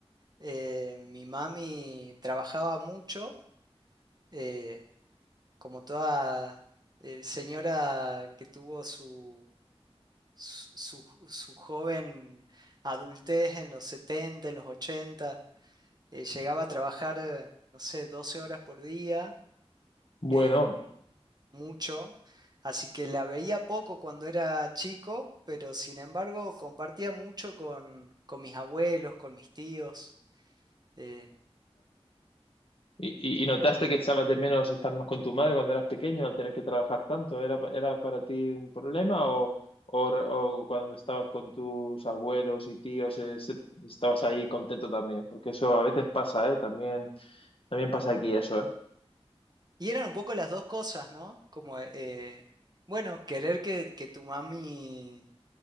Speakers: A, on the right; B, on the left.
A: Eh, mi mami trabajaba mucho. eh, como toda eh, señora que tuvo su, su, su ju- su joven adultez en los 70 en los ochenta eh, llegaba a trabajar, eh, no sé, 12 horas por día,
B: Bueno.
A: eh, mucho, así que la veía poco cuando era chico, pero sin embargo compartía mucho con, con mis abuelos, con mis tíos. eh,
B: ¿Y, y- y notaste que echabas de menos estar más con tu madre cuando eras pequeño al tener que trabajar tanto? ¿Era, era para ti un problema o, o, re- o cuando estabas con tus abuelos y tíos eh, se- estabas ahí contento también? Porque eso a veces pasa, ¿eh? También, también pasa aquí eso, ¿eh?
A: y eran un poco las dos cosas, ¿no? Como, eh, bueno, querer que, que tu mami